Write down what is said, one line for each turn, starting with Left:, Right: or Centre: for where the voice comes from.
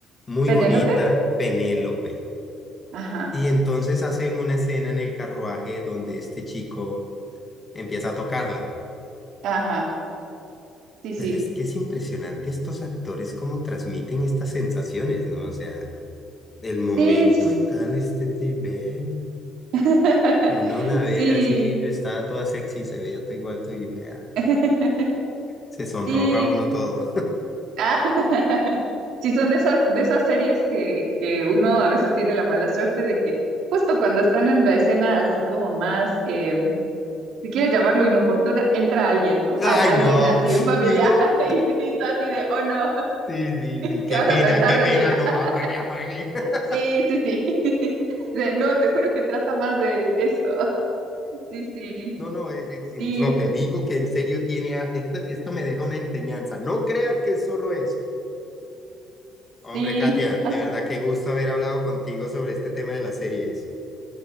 Left: muy
Right: Penélope.
Left: bonita, Penélope.
Right: Ajá,
Left: Y entonces hacen una escena en el carruaje donde este chico empieza a tocarla.
Right: ajá. Sí, sí.
Left: Pero es que es impresionante estos actores cómo transmiten estas sensaciones, ¿no? O sea, el momento
Right: Sí, sí.
Left: y tal, este, de- ve,
Right: Sí. <laughs>
Left: uno la ve así,
Right: Sí.
Left: está toda sexy, se veía todo igual, tú y vea,
Right: <laughs>
Left: se sonroja
Right: Sí,
Left: uno todo.
Right: Ah, <laughs> sí, son de esas, de esas series que, que uno a veces tiene la mala suerte de que justo cuando están en la escena así como más, eh, si quieres llamarlo inoportuna, entra alguien,
Left: <laughs>
Right: ¿no?
Left: ¡Ay,
Right: Al- alguien
Left: no!
Right: así, un familiar,
Left: Y uno,
Right: <laughs> y, y tú así de, oh no,
Left: sí, sí, sí,
Right: ¿qué
Left: qué
Right: vas
Left: pena,
Right: a pensar
Left: qué
Right: de
Left: pena,
Right: mí? <laughs>
Left: no, apague, apague. <laughs>
Right: Sí, sí, sí. <laughs> De, no, te juro que trata más de esto. <laughs> Sí, sí,
Left: No, no, eh, eh,
Right: sí,
Left: en- no, te digo que en serio tiene, a- esto, esto me deja una enseñanza. No creas que es solo eso. Hombre,
Right: sí.
Left: Katia,
Right: Has-
Left: de verdad qué gusto haber hablado contigo sobre este tema de las series.